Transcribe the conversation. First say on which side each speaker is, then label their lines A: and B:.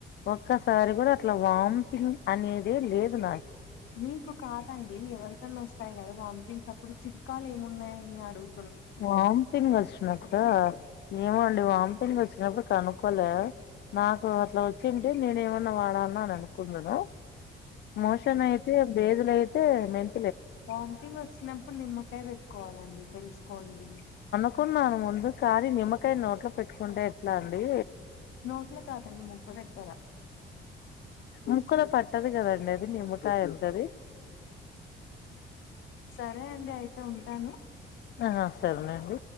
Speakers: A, on the left (about 60°); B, on the left (about 75°).
A: ఒక్కసారి కూడా అట్లా వామిటింగ్ అనేది లేదు నా
B: మీకు కాదండి ఎవరికన్నా వస్ తాయి కదా వామ్థింగ్స్ అప్పుడు చిట్కాలు ఏం ఉన్నాయని అడుగు
A: వాంతింగ్ వచ్చినప్పుడ ఏమో అండి వాంథింగ్ వచ్చినప్పుడు కనుక్కొలే నాకు అట్లా వచ్చిన్ టే నేను ఏమన్నా వాడాల్నా అని అనుకుందును మోషన్ అయితే బేదులై తే మెన్
B: హమ్థింగ్ వచ్చినప్పుడు నిమ్మకాయ పెట్టుకోవాలండి తెల్సు కోండి
A: అనుకున్నాను ముందు కానీీ నిమ్మకాయ నోట్లో పెట్టుకుంటే ఎట్లా అండి
B: నోట్లో కాదండి ముక్కు దగ్గర
A: ముక్కలో పట్టదు కదండి అది నిమ్మకాయ ఎద్దది
B: సరే అదే అండి అయితే ఉంటాను
A: ఆ సరేనండి